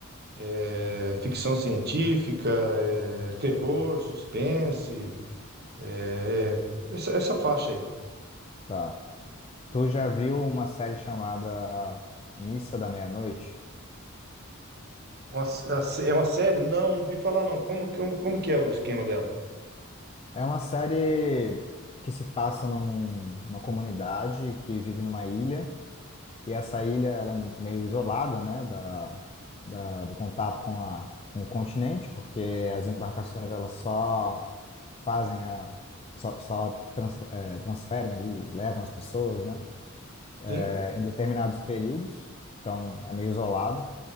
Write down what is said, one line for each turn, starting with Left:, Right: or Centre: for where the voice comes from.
Right: é, ficção científica, é, terror, suspense, é, é, essa, essa faixa aí.
Left: Tá. Tu já viu uma série chamada Missa da Meia-Noite?
Right: Uma s- a sé- é uma série? Não, não vi falar não. Como, como, como que é o esquema dela?
Left: É uma série que se passa num- numa comunidade que vive numa ilha, e essa ilha, ela é meio isolada, né, da, da- do contato com a, com o continente, porque as embarcações, elas só fazem a só, só trans, é, transferem ali, levam as pessoas, né?
Right: Sim?
Left: É, em determinados períodos, então é meio isolado.